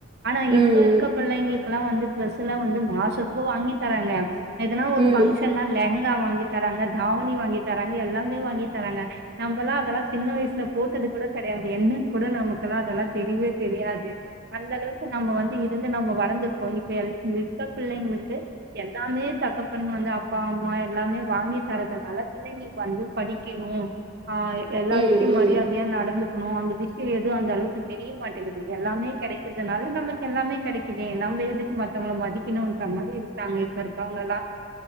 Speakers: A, on the right (about 50°); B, on the right (about 25°).
A: ஆனா
B: ம்
A: இப்ப இருக்க பிள்ளைங்களுக்குல்லா வந்து ட்ரெஸுலா வந்து மாசத்துக்கு வாங்கி தராங்க எதனா ஒரு
B: ம்
A: ஃபங்க்ஷன்னா லெங்கா வாங்கி தராங்க தாவணி வாங்கி தராங்க எல்லாமே வாங்கி தராங்க நம்பலா அதெல்லா சின்ன வய்சுல போட்டது கூட கெடையாது என்னன் கூட நமக்கெல்லா அதெல்லா தெரிவே தெரியாது அந்த அளவுக்கு நம்ம வந்து இருந்து நம்ப வளர்ந்திருக்கோ இப்ப எல் து இப்ப பிள்ளைங்களுக்கு எல்லாமே தகப்பன் வந்து அப்பா அம்மா எல்லாமே வாங்கி தரதுனால பிள்ளைங்ளுக் வந்து படிக்கிணு ஆ எல்லார்
B: ம்
A: கிட்டயு
B: ம்
A: மரியாதையா
B: ம்
A: நடந்துக்கணு அந்த விஷ்யு எதுவு அந்தளவுக்கு தெரியமாட்டேங்கிது எல்லாமே கெடைக்கிறதுனால நமக்கு எல்லாமே கெடைக்குதே நம்ப எதுக்கு மத்தவங்ள மதிக்கணுன்ற மாரி இருக்காங்க இப்ப இருக்கிறவங்கெல்லா